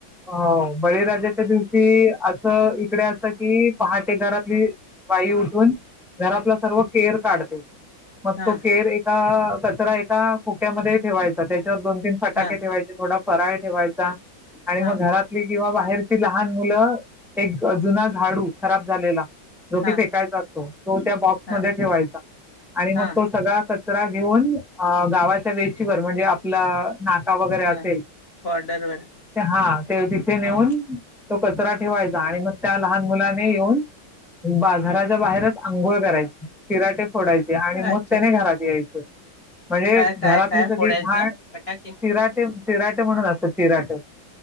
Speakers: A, in the centre; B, on the left (about 40°).
A: हो बळीराजाच्या दिवशी अस इकडे असत की, पहाटे घरातली बाई उठून घरातला सर्व केअर काढते. मग
B: हां,
A: तो केर एका कचरा एका खोक्यामध्ये ठेवायचा. त्याच्यावर दोन तीन फटाके
B: हां,
A: ठेवायचे. थोडा फराळ ठेवायचा. आणि
B: हां,
A: मग घरातली किंवा बाहेरची लहान मुल एक जुना झाडू खराब झालेला जो की
B: हां,
A: फेकायचा असतो तो त्या बॉक्समध्ये
B: हां,
A: ठेवायचा आणि मग
B: हां,
A: तो सगळा कच. करा घेऊन अ गावाच्या वेशीवर म्हणजे आपला नाका वगैरे असेल.
B: हां. बॉर्डरवर.
A: ते हा ते तिथे नेऊन
B: हां.
A: तो कचरा ठेवायचा आणि मग त्या लहान मुलाने येऊन. बाजराच्या बाहेरच आंघोळ करायची शिराटे फोडायचे. ते आणि
B: अच्छा.
A: मग त्याने घरात यायचं. म्हणजे
B: काय,
A: घरातली
B: काय, काय
A: सगळी
B: फोडायचं?
A: घाण चिराटे
B: फटाके?
A: चिराटे म्हणून असत चिराट.